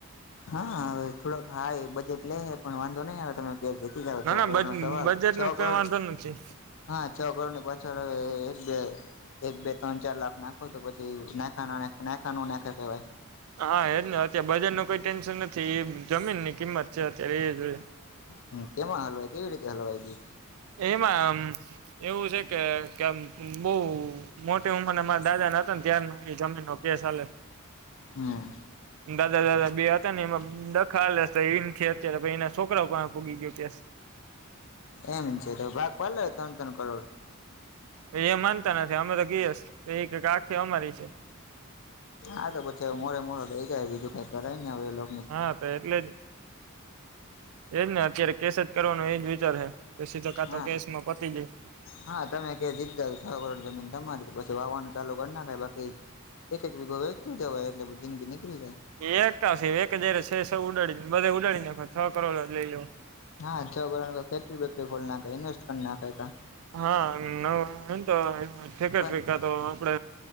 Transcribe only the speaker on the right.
ના
ના
બજ
બજેટ
નું
કઈ વાંધો નથી
હા એજ ને અત્યારે બજાર નુ કોઈ ટેન્શન નથી એ જમીન ની કિંમત છે. અત્યારે એ જો
એમાં આમ એવું છે કે, કે આમ બઉ મોટી ઉંમરના માણ દાદા નતા ન ત્યાર નો ઈ જમીનનો કેસ હાલે.
દાદા-દાદા બે હતા ન એમાં દ ખાલે સ તો ઈમ કે અત્યારે પહિ એના સોકરો પાહે પોગી ગયો કેસ.
એ માનતા નથી, અમે તો કેસ તો ઈ કેય આખી અમારી છે.
હા, તો એટલે જ એ જ ને અત્યારે કેસ જ કરવાનો એ જ વિચાર હે. તો સીધો કા તો
કેસમાં પતી જાય.
એક શે, એક જ હારે સ એ સ ઉડાડી ન બધે ઉડાડીન નાખવા છ કરોડ જ લઈ લેવા.
હા, ન હોય ન તો એનું ફેક્ટરી
કર તો આપડે